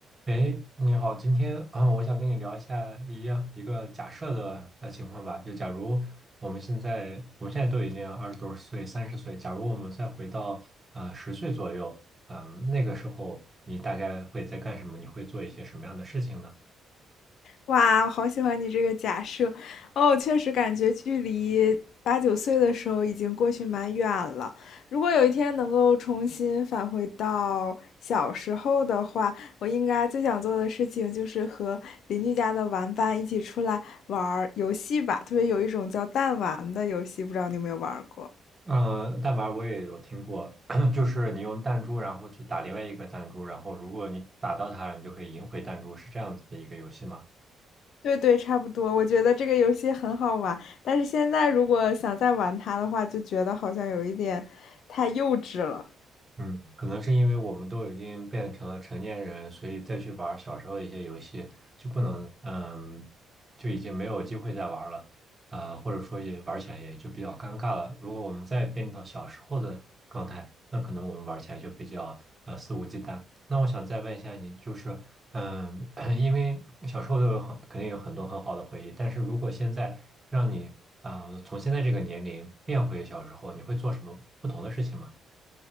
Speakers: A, on the right; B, on the left.
A: 哎，你好，今天啊，我想跟你聊一下一样一个假设的呃情况吧，就假如我们现在我们现在都已经二十多岁、三十岁，假如我们再回到呃十岁左右，嗯、那个时候你大概会在干什么？你会做一些什么样的事情呢？
B: 哇，我好喜欢你这个假设哦！确实感觉距离八九岁的时候已经过去蛮远了。如果有一天能够重新返回到小时候的话，我应该最想做的事情就是和邻居家的玩伴一起出来玩儿游戏吧。特别有一种叫弹丸的游戏，不知道你有没有玩儿过？
A: 嗯，弹丸我也有听过，<coughs> <clears throat> 就是你用弹珠然后去打另外一个弹珠，然后如果你打到它了，你就可以赢回弹珠，是这样子的一个游戏吗？
B: 对对，差不多。我觉得这个游戏很好玩，但是现在如果想再玩它的话，就觉得好像有一点太幼稚了。
A: 嗯，可能是因为我们都已经变成了成年人，所以再去玩儿小时候一些游戏就不能，嗯，就已经没有机会再玩儿了，呃，或者说也玩起来也就比较尴尬了。如果我们再变到小时候的状态，那可能我们玩起来就比较呃肆无忌惮。那我想再问一下你，就是，嗯，<coughs> <clears throat> 因为小时候都有很肯定有很多很好的回忆，但是如果现在让你啊，呃从现在这个年龄变回小时候，你会做什么不同的事情吗？